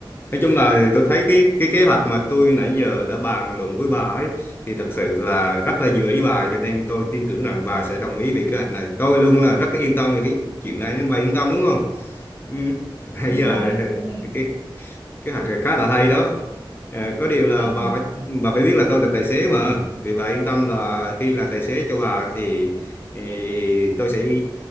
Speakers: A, on the left; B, on the right.
A: Nói chung là tôi thấy cái cái kế hoạch mà tôi nãy giờ đã bàn luận với bà ấy thì thật sự là rất là vừa ý bà cho nên tôi tin tưởng rằng bà sẽ đồng ý về kế hoạch này. Tôi luôn là rất yên tâm về cái chuyện này nên bà yên tâm đúng không? Ừ. Nãy
B: đúng
A: giờ
B: rồi bởi vì
A: cái kế hoạch này khá là hay đó Ờ, có điều là
B: tại ừ,
A: bà phải bà phải biết là tôi là tài xế mà thì bà yên tâm là khi là tài xế cho bà thì, thì tôi sẽ